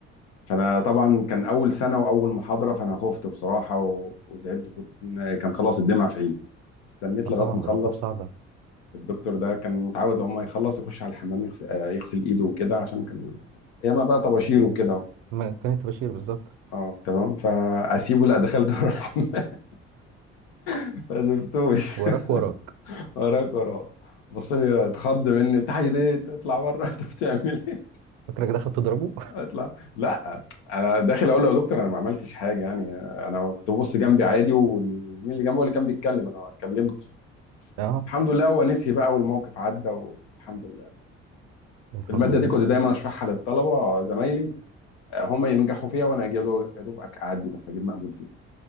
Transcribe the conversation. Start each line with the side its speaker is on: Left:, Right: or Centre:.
Left: فانا طبعا كان اول سنه واول محاضره فانا خفت بصراحه و... وزعلت كنت كان خلاص الدمع في عيني استنيت
Right: اه
Left: لغايه
Right: طبعا
Left: ما اخلص
Right: ده موقف صعب
Left: الدكتور ده كان متعود لو ما يخلص يخش على الحمام يغسل, آه، يغسل ايده وكده عشان كان ياما بقى طباشير وكده اهو.
Right: ما كانت بشير بالظبط
Left: اه تمام فاسيبه لا دخلت ورا الحمام <laughs> ما سبتوش
Right: وراك وراك
Left: <laughs> وراك وراه بص لي اتخض مني انت عايز ايه تطلع بره <laughs> انت بتعمل ايه
Right: فاكرك دخلت تضربه
Left: اطلع لا انا داخل اقول له يا دكتور انا ما عملتش حاجه يعني انا كنت ببص جنبي عادي والزميل اللي جنبي هو اللي كان بيتكلم انا ما اتكلمتش
Right: <laughs> اه
Left: الحمد لله هو نسي بقى والموقف عدى والحمد لله
Right: الحمد
Left: الماده
Right: لله
Left: دي كنت دايما اشرحها للطلبه زمايلي هم ينجحوا فيها وانا اجي يا دوب يا دوب أك- اعدي بس اجيب مقبول فيها